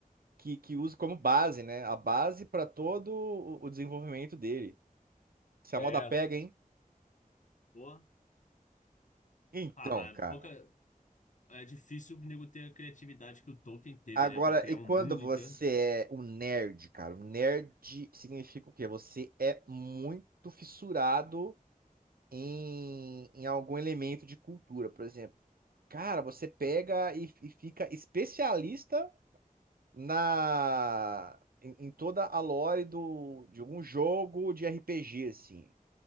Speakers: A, on the right; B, on the left.
A: que, que usa como base, né? A base para todo o, o desenvolvimento dele. Se
B: É,
A: a moda pega, hein?
B: Pô.
A: Então,
B: Ah, mas
A: cara.
B: pouca. É difícil o nego ter a criatividade que o Tolkien teve,
A: Agora,
B: né? Pra criar
A: e quando
B: um mundo
A: você
B: inteiro.
A: é um nerd, cara? Um nerd significa o quê? Você é muito fissurado em, em algum elemento de cultura, por exemplo. Cara, você pega e, e fica especialista na em, em toda a lore do, de algum jogo de RPG, assim.